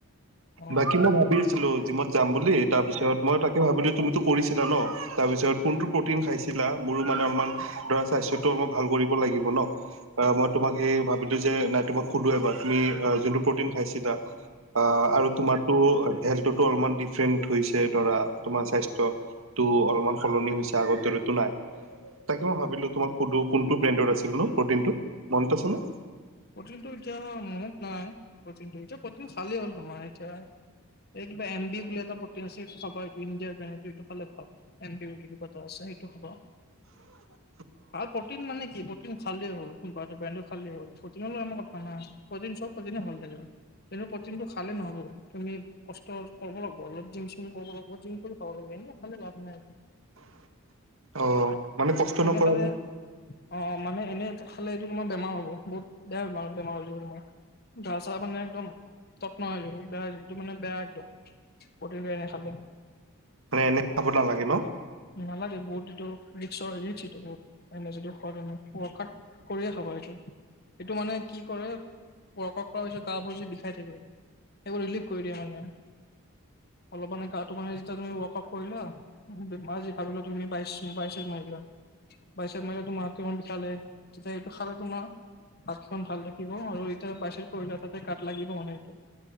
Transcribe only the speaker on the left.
অ
প্ৰটিনটো এতিয়া মনত নাই। প্ৰটিন এতিয়া প্ৰটিন খালে হ'ল তোমাৰ এতিয়া এই কিবা এম বি বুলি এটা প্ৰটিন আছে সেইটো খাবা, সেইটো ইণ্ডিয়াৰটো এইটো হ'লে ভাল। এন বি বুলি কিবা এটা আছে সেইটো খাবা।
প্ৰটিন মানে কি, প্ৰটিন খালেই হল। কোনবা এটো ব্ৰেণ্ডৰ খালেই হ'ল। <unintelligible> কথা নাই প্ৰটিন চব প্ৰটিনে ভাল <unintelligible> প্ৰটিনটো খালে নহ'ব, তুমি কষ্ট কৰিব লাগিব অলপ জিম চিম কৰিব লাগিব জিম কৰি খাব লাগিব হয়ে ন? মানে লাভ নাই একো।
<inaudible>
এনে
খালে অ', মানে এনে খালে এইটো তোমাৰ বেমাৰ হ'ব। বহুত বেয়া বেমাৰ -বেমাৰ হৈ যাব তোমাৰ। গা চা মানে একদম তত নোহোৱা হয় যাব, বেয়া হৈ যাব, যিটো মানে বেয়া একদম। প্ৰটিন এনে খালে।
নালাগে বহুত এইটো ৰিক্সৰ -ৰিক্সটো বহুত এনে যদি খোৱা তুমি। ৱৰ্কআউট কৰিয়ে খাবা এইটো। এইটো মানে কি কৰে ৱৰ্ক কৰা পিছত গাবোৰ যে বিষাই থাকে, সেইবোৰ ৰিলিফ কৰি দিয়ে মানে। অলপ মানে গাটো মানে যেতিয়া তুমি ৱৰ্ক আউট কৰিলা। <unintelligible> মই যি ভাবিলোঁ তুমি বাইছ বাইচেপ মাৰি লোৱা। বাইছ মৰিলে তোমাৰ হাতকেইখন বিষালে, তেতিয়া এইটো খালে তোমাৰ হাতখন ভাল থাকিব আৰু এতিয়া বাইছ চেপ কৰিলে তাতে গাত লাগিব মানে এইটো।